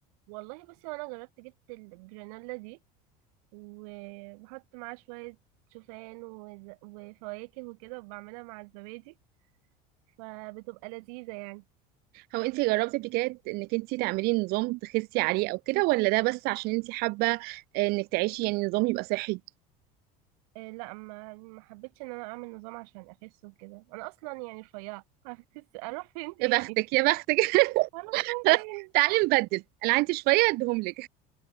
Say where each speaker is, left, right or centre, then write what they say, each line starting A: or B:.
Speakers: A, on the right; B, on the right.
A: والله بصي وأنا جربت جبت الجرانولا دي وبحط معاها شوية شوفان وز- وفواكه وكده وبعملها مع الزبادي فبتبقى لذيذة يعني
B: هو انت جربتي قبل كده انك انت تعملي نظام تخسي عليه او كده ولا ده بس عشان انت حابه آه، انك تعيشي يعني نظام يبقى صحي
A: إيه لا ما ما حبيتش ان انا اعمل نظام عشان اخس وكده انا اصلا يعني رفيعه هخس اروح فين تاني
B: يا بختك يا بختك
A: اروح فين
B: <laughs>
A: تاني
B: تعالي نبدل انا عندي شويه اديهم لك